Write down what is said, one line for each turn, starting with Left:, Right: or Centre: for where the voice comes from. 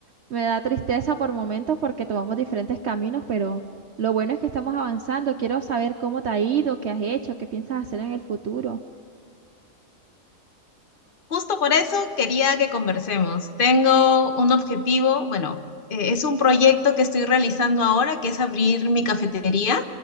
Right: Me da tristeza por momentos porque tomamos diferentes caminos, pero lo bueno es que estamos avanzando. Quiero saber cómo te ha ido, qué has hecho, qué piensas hacer en el futuro.
Left: Justo por eso quería que conversemos. Tengo un objetivo, bueno, eh, es un proyecto que estoy realizando ahora, que es abrir mi cafetería.